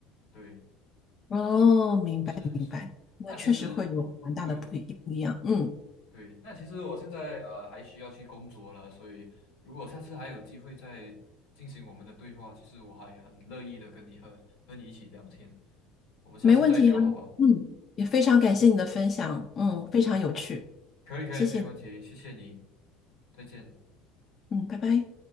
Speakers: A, on the left (about 75°); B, on the left (about 35°).
A: 对。
B: 哦，明白明白，
A: 是是，
B: 那确实会有蛮大的不一不一样。
A: 那其实，对对对
B: 嗯，
A: 对，那其实我现在呃还需要去工作了，所以如果下次还有机会再进行我们的对话，其实我还很乐意的跟你和和你一起聊天，我们下次再聊好不好？
B: 没问题啊。嗯，也非常感谢你的分享，嗯，非常有趣。
A: 可以可以，
B: 谢谢你，
A: 没问题，谢谢你，再见。
B: 嗯，拜拜。